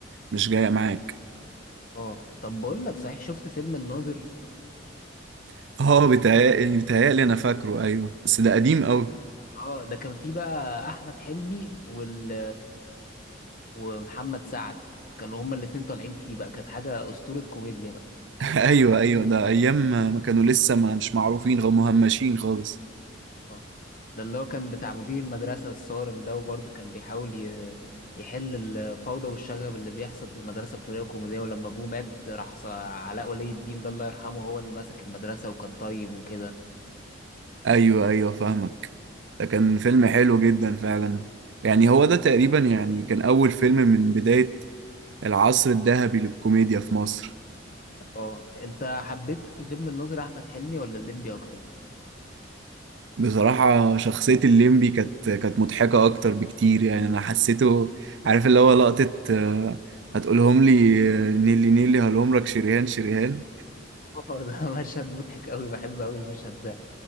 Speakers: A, on the right; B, on the left.
A: مش جاية معاك
B: اه طب بقول لك صحيح شفت فيلم الناظر
A: <laughs> اه بيتهيألي بيتهيألي انا فاكره ايوه بس ده قديم قوي
B: اه ده كان فيه بقى احمد حلمي وال ومحمد سعد كانوا هما الاتنين طالعين فيه بقى كانت حاجة اسطورة كوميديا بقى
A: <laughs> ايوه ايوه ده ايام ما ما كانوا لسه ما مش معروفين غير مهمشين خالص
B: اه ده اللي هو كان بتاع مدير المدرسة الصارم ده وبرضه كان بيحاول ي... يحل الفوضى والشغب اللي بيحصل في المدرسة بطريقة كوميدية ولما أبوه مات راح ص- علاء ولي الدين ده الله يرحمه هو اللي مسك المدرسة وكان طيب وكده
A: ايوه ايوه فاهمك ده كان فيلم حلو جدا فعلا يعني هو ده تقريبا يعني كان اول فيلم من بداية العصر الذهبي للكوميديا في مصر
B: اه انت حبيت في فيلم الناظر أحمد حلمي ولا الليمبي أكتر؟
A: بصراحة شخصية الليمبي كانت كانت مضحكة أكتر بكتير يعني أنا حسيته عارف اللي هو لقطة آه، هتقولهم لي آه، نيلي نيلي هلومرك شريهان شريهان
B: <laughs> اه ده مشهد مضحك أوي بحب أوي المشهد ده